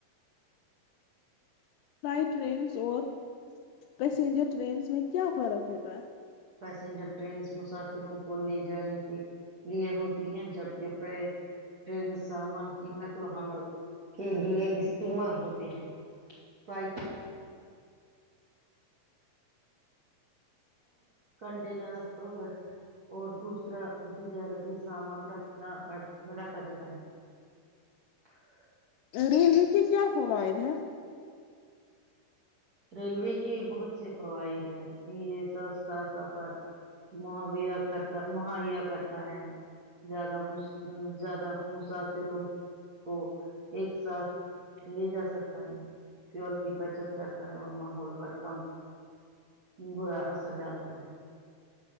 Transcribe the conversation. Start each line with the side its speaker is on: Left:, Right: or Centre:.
Left: فائ ٹرینس اور پیسینجر ٹرینس میں کیا فرق ہوتا ہے <unintelligible>
Right: پیسنجر ٹرینس مسافروں کو لے جانے کے لیے ہوتی ہیں جبک ف ٹرین سامان کی نقل و حمل <unintelligible> کے لیے
Left: ہے
Right: استعمال ہوتے ہیں <unintelligible> کنٹینرز اور اور دوسرا تجارتی سامان رکھنا رکھا جاتا ہے <unintelligible>
Left: رلوی کے کیا فوائد ہیں <unintelligible>
Right: ریلوے کے بہت سے فوائد ہیں یہ سستا سفر میا کرتا مہیا کرتا ہے زیادہ زیادہ مسافروں کو ایک ساتھ لے جا سکتے <unintelligible> فیول کی بچت کرتا ہے اور ماحول پر کم برا اثر ڈالتا ہے <unintelligible>